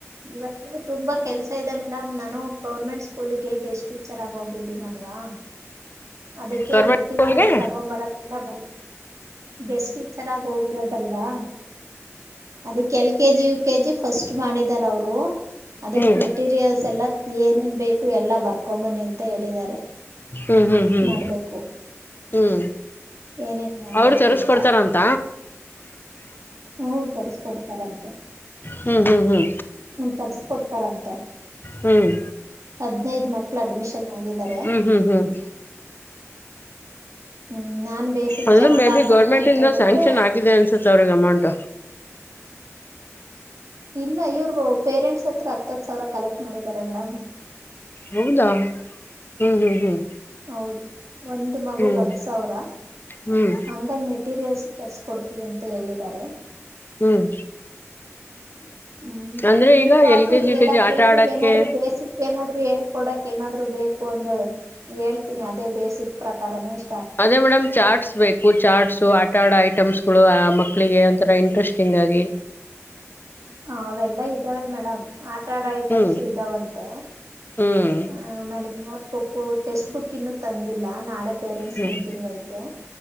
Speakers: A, on the right; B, on the left.
A: ನಂಗು ತುಂಬಾ ಕೆಲ್ಸ ಇದೆ ಮೇಡಮ್ ನಾನು ಗೌರ್ಮೆಂಟ್ ಸ್ಕೂಲಿಗೆ ಗೆಸ್ಟ್ ಟೀಚರ್ ಆಗಿ ಹೋಗಿದ್ದೀನಲ್ವಾ ಅದಕ್ಕೆ
B: ಗೌರ್ಮೆಂಟ್
A: ಮೆಟೀರಿಯಲ್ಸ್
B: ಸ್ಕೂಲ್ಗೆ
A: ತಗೊಂಬರಕ್ಕೆಲ್ಲ ಬರು ಗೆಸ್ಟ್ ಟೀಚರ್ ಆಗಿ ಹೋಗಿರೋದಲ್ವಾ ಅದಕ್ಕೆ L K G U K G K G first ಮಾಡಿದಾರ ಅವರು ಅದಕ್
B: ಹ್ಮ್
A: ಮೆಟೀರಿಯಲ್ಸ್ ಎಲ್ಲ ಏನೇನ್ ಬೇಕು ಎಲ್ಲಾ ಬರ್ಕೊಂಬನ್ನಿ ಅಂತ ಹೇಳಿದ್ದಾರೆ.
B: ಹ್ಮ್ ಹ್ಮ್ ಹ್ಮ್
A: ಮಾಡ್ಬೇಕು
B: ಹ್ಮ್
A: ಏನೇನ್ ಮಾಡ್ಬೇಕು
B: ಅವ್ರು ತರಿಸ್ಕೊಡ್ತಾರಂತ
A: ಅಂತ ಹು ಥರ್ಸ್ಕೊಡ್ತಾರಂಥೆ
B: ಹ್ಮ ಹ್ಮ ಹ್ಮ.
A: ತರ್ರಿಸಕೊಡ್ತಾರಂತ.
B: ಹ್ಮ್
A: ಹದ್ನೈದು ಮಕ್ಳು ಅಡ್ಮಿಷನ್ ಆಗಿದ್ದಾರೆ
B: ಹ್ಮ್ ಹ್ಮ್ ಹ್ಮ್
A: ಹ್ಮ್ ನಾನ್ ಬೇಸಿಕ್
B: ಅಂದ್ರೆ
A: ಚೆನ್ನಾಗ್
B: ಮೇ
A: ಹಾಕೊಟ್ಟೆ
B: ಬಿ ಗೌರ್ಮೆಂಟಿಂದ
A: ಅಂತ ಹೇಳಿದ್ರೆ
B: ಸ್ಯಾಂಕ್ಷನ್ ಆಗಿದೆ ಅನ್ಸುತ್ತೆ ಅಮೌಂಟ್
A: ಇಲ್ಲ ಇವ್ರ ಪೇರೆಂಟ್ಸ್ ಹತ್ರ ಹತ್ತತ್ ಸಾವಿರ ಕಲೆಕ್ಟ್ ಮಾಡಿದ್ದಾರೆ ಮೇಡಮ್
B: ಹೌದಾ ಹ್ಮ್ ಹ್ಮ್ ಹ್ಮ್
A: ಹೌದು ಒಂದು ಮಗು
B: ಹ್ಮ್
A: ಹತ್ತು ಸಾವಿರ
B: ಹ್ಮ್
A: ಹ ಎಲ್ಲಾ ಮೆಟೀರಿಯಲ್ಸ್ ತರ್ಸಕೊಡ್ತೀವಿ ಅಂತ ಹೇಳಿದ್ದಾರೆ
B: ಹ್ಮ್
A: ಹ್ಮ್
B: ಅಂದ್ರೆ
A: ನಿಮ್
B: ಈಗ
A: ಪಾಪು
B: ಎಲ್ ಕೆ
A: ಇದೆಲ್ಲಾ
B: ಜಿ ಯು ಕೆ ಜಿ ಆಟ
A: ಕೇಳ್ರಿ
B: ಆಡಕ್ಕೆ
A: ಏನಾದ್ರು ಬೇಸಿಕ್ ಏನಾದ್ರು ಹೇಳ್ಕೊಡಕ್ ಏನಾದ್ರು ಬೇಕು ಅಂದ್ರ ಹೇಳ್ತೀನಿ ಅದೇ ಬೇಸಿಕ್ ಪ್ರಕಾರನೇ ಎಷ್ಟ
B: ಅದೇ ಮೇಡಮ್ ಚಾಟ್ಸ್ ಬೇಕು ಚಾಟ್ಸ್ ಆಟ ಆಡ ಐಟಮ್ಸ್ ಳು ಆ ಮಕ್ಕಳಿಗೆ ಒಂಥರ ಇಂಟ್ರೆಸ್ಟಿಂಗ್ ಆಗಿ
A: ಹ ಅವೆಲ್ಲಾ ಇದ್ದಾವೆ ಮೇಡಮ್ ಆಟಾ ಆಡ ಐಟಮ್ಸ
B: ಹ್ಮ್
A: ಇದ್ದಾವಂತೆ
B: ಹ್ಮ್
A: ಆ ಆಮೇಲೆ ನೋಟ್ ಬುಕ್ ಟೆಕ್ಸ್ಟ್ ಬುಕ್ ಇನ್ನುೂ ತಂದಿಲ್ಲ ನಾಳೆ ಪೇರೆಂಟ್ಸ್
B: ಹ್ಮ್
A: ಮೀಟಿಂಗ್ ಐತೆ